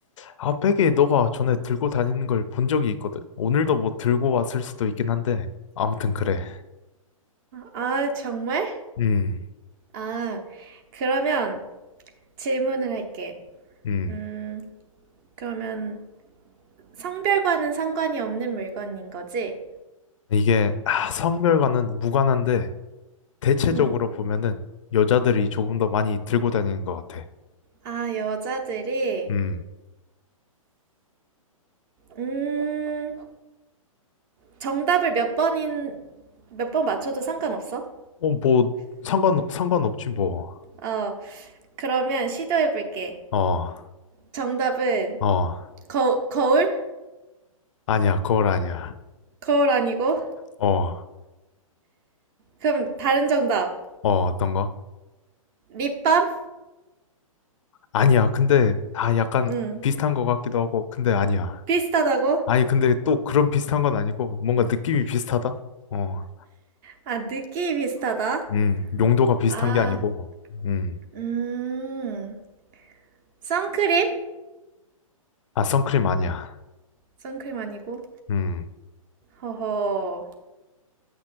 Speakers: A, on the left (about 60°); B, on the right (about 40°).
A: 아, 백에 너가 전에 들고 다니는 걸 본 적이 있거든. 오늘도 뭐 들고 왔을 수도 있긴 한데, 아무튼 그래.
B: 아, 정말?
A: 음,
B: 아, 그러면 질문을 할게.
A: 음.
B: 음, 그러면 성별과는 상관이 없는 물건인 거지?
A: 이게, 아, 성별과는 무관한데, 대체적으로
B: 응.
A: 보면은 여자들이 조금 더 많이 들고 다니는 것 같아.
B: 아, 여자들이,
A: 음.
B: 음, 정답을 몇 번인, 몇 번 맞춰도 상관없어?
A: 어, 뭐, 상관, 상관없지, 뭐.
B: 어, 그러면 시도해볼게.
A: 어.
B: 정답은,
A: 어,
B: 거, 거울?
A: 아니야, 거울 아니야.
B: 거울 아니고?
A: 어,
B: 그럼 다른 정답.
A: 어, 어떤 거?
B: 립밤?
A: 아니야, 근데, 아, 약간
B: 응.
A: 비슷한 거 같기도 하고, 근데 아니야.
B: 비슷하다고?
A: 아니, 근데 또 그런 비슷한 건 아니고, 뭔가 느낌이 비슷하다? 어,
B: 아, 느낌이 비슷하다.
A: 음, 용도가 비슷한
B: 아,
A: 게 아니고, 음,
B: 음. 선크림?
A: 아, 선크림 아니야.
B: 선크림 아니고.
A: 음,
B: 허허.